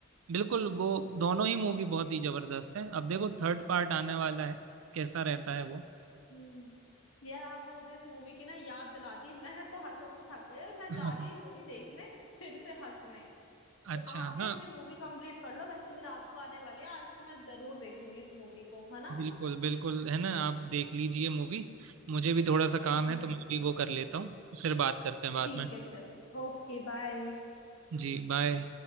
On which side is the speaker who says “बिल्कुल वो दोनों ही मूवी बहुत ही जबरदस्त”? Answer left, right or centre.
Right